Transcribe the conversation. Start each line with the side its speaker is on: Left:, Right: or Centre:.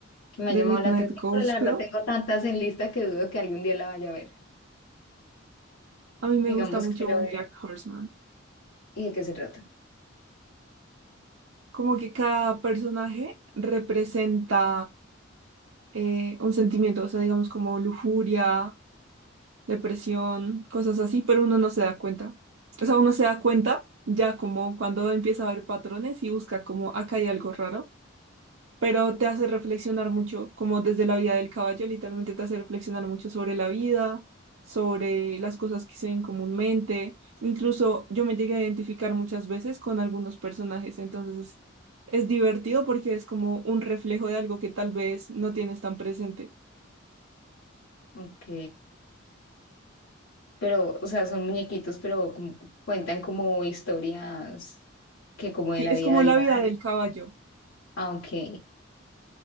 Left: que me
Right: de
Left: ha llamado
Right: Midnight
Left: la atención.
Right: Gospel.
Left: Pero la verdad tengo tantas en lista que dudo que algún día la vaya a ver.
Right: A mí me
Left: Digamos,
Right: gusta mucho
Left: quiero
Right: BoJack
Left: ver.
Right: Horseman.
Left: ¿Y de qué se trata?
Right: Como que cada personaje representa eh, un sentimiento, o sea, digamos como lujuria, depresión, cosas así, pero uno no se da cuenta. O sea, uno se da cuenta ya como cuando empieza a ver patrones y busca como acá hay algo raro. pero te hace reflexionar mucho, como desde la vida del caballo, literalmente te hace reflexionar mucho sobre la vida, sobre las cosas que se ven comúnmente. Incluso yo me llegué a identificar muchas veces con algunos personajes, entonces es, es divertido porque es como un reflejo de algo que tal vez no tienes tan presente.
Left: Ok. Pero, o sea, son muñequitos, pero como- cuentan como historias que como
Right: Sí,
Left: de la
Right: es
Left: vida
Right: como
Left: diaria.
Right: la vida del caballo.
Left: Ah, ok.